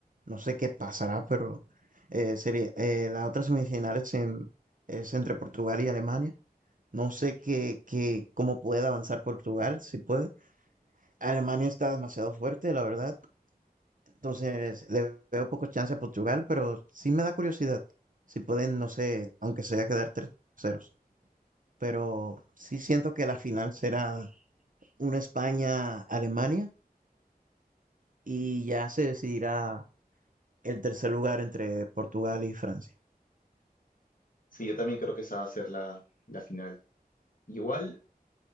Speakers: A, on the right; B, on the left.
A: No sé qué pasará, pero eh, sería, eh, la otra semifinal es, en- es entre Portugal y Alemania. No sé qué, qué, cómo puede avanzar Portugal, si puede. Alemania está demasiado fuerte, la verdad. Entonces le veo poco chance a Portugal, pero sí me da curiosidad. Si pueden, no sé, aunque sea quedar terceros. Pero sí siento que la final será una España-Alemania y ya se decidirá el tercer lugar entre Portugal y Francia.
B: Sí, yo también creo que esa va a ser la, la final. Igual,